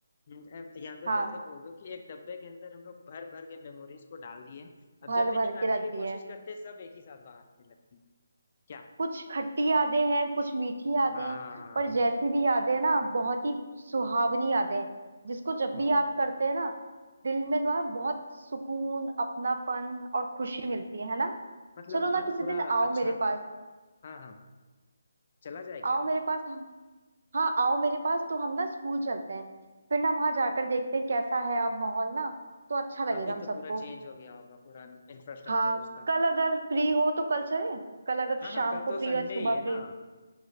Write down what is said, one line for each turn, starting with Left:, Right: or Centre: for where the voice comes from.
Left: हम्म, ऐ- यादों
Right: हाँ
Left: को ऐसे बोल दो कि एक डब्बे के अंदर हम लोग भर भर के मेमोरीज को डाल दिए अब
Right: भर
Left: जब भी
Right: भर
Left: निकालने
Right: के रख
Left: की
Right: दिए
Left: कोशिश
Right: है
Left: करते सब एक ही साथ बाहर आने लगती क्या
Right: कुछ खट्टी यादें हैं कुछ मीठी यादें
Left: हाँ
Right: हैं पर जैसी भी यादें हैं ना बहुत ही सुहावनी यादें हैं जिसको जब
Left: बहुत
Right: भी याद
Left: बहुत
Right: करते हैं ना दिल में ना बहुत सुकून अपनापन और खुशी मिलती है है ना
Left: मतलब
Right: चलो ना
Left: मन
Right: किसी
Left: पूरा
Right: दिन आओ
Left: अच्छा
Right: मेरे पास
Left: हाँ हाँ चला जाए
Right: आओ
Left: क्या
Right: मेरे पास हाँ आओ मेरे पास तो हम ना स्कूल चलते हैं फिर ना वहां जाकर देखते हैं कैसा है अब माहौल ना तो अच्छा लगेगा
Left: अभी
Right: हम
Left: तो
Right: सबको
Left: पूरा चेंज हो गया होगा पूरा इंफ्रास्ट्रक्चर
Right: हाँ
Left: उसका
Right: कल अगर फ्री हो तो कल चले कल अगर
Left: हाँ
Right: शाम
Left: हाँ कल
Right: को
Left: तो
Right: फ्री
Left: संडे
Right: हो या सुबह
Left: ही है
Right: फ्री
Left: ना
Right: हो